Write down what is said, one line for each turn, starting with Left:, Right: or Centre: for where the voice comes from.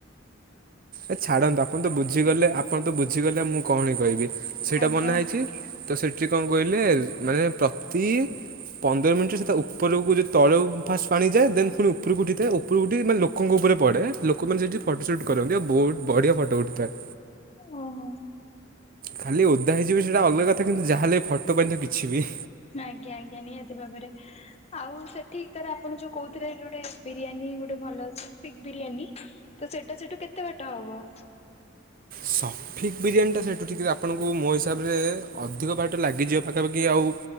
Right: ଏ ଛାଡ଼ନ୍ତୁ ଆପଣ ତ ବୁଝିଗଲେ ଆପଣ ତ ବୁଝିଗଲେ ଆଉ ମୁଁ କଣ ହି କହିବି ସେଇଟା
Left: ଆଜ୍ଞା
Right: ବନା
Left: ଓହୋ
Right: ହେଇଚି। ତ ସେଠି କଣ କହିଲେ ମାନେ ପ୍ରତି ପନ୍ଦର ମିଣ୍ଟିରେ ସେଇତା ଉପରକୁ ଗୁଳି ତଳକୁ ଫାଷ୍ଟ୍ ପାଣି ଯାଏ ଦେନ୍ ପୁଣି ଉପୁରୁକୁ ଉଠିଥାଏ ଉ ପୁରୁକୁଠି ମାନେ ଲୋକଙ୍କ ଉପରେ ପଡ଼େ ଲୋକମାନେ ସେଇଠି ଫଟୋ ସୁଟ୍ କରନ୍ତି ଆଉ ବୋହୁତ୍ ବଢ଼ିଆ ଫଟୋ ଉଠିଥାଏ।
Left: ଓହୋ।
Right: ଖାଲି ଓଦା ହେଇଯିବେ ସେଟା ଅଲ୍ ଗା କଥା କିନ୍ତୁ ଯାହାହେଲେ ଫଟୋ ପାଇଁ ତ କିଛି ବି।
Left: ନା ଆଜ୍ଞା ଆଜ୍ଞା ନିହାତି ଭାବରେ। ଆଉ ସେଠି କାର ଆପଣ ଯୋଉ କହୁଥିଲେ ଯୋଉଟା ବିରିୟାନୀ ଗୋଟେ ଭଲ ସ୍ଟିକ୍ ବିରିୟାନୀ। ତ ସେଟା ସେଠୁ କେତେ ବାଟ ହବ?
Right: ସ, ଫିକ୍ ବିରିୟାନୀଟା ସେଇଠୁ ଠିକ ଆପଣଙ୍କୁ ମୋ ହିସାବରେ ଅଧିକ ବାଟ ଲାଗିଯିବ ପାଖାପାଖି ଆଉ